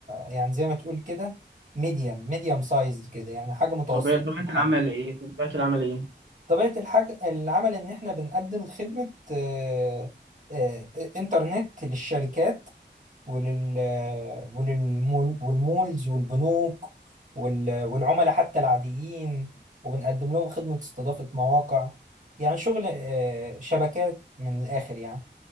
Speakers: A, on the right (about 40°); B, on the right (about 80°).
A: يعني زي ما تقول كده ميديم ميديم سايز كده يعني حاجة متوسطة
B: طب هي طبيعة
A: الحجم
B: العمل ايه؟ طبيعة العمل ايه؟
A: طبيعة الحاجة العمل إن إحنا بنقدم خدمة آه، آه، إنترنت للشركات ولل وللمول والمولز والبنوك وال- والعملاء حتى العاديين وبنقدم لهم خدمة استضافة مواقع يعني شغل آه، شبكات من الآخر يعني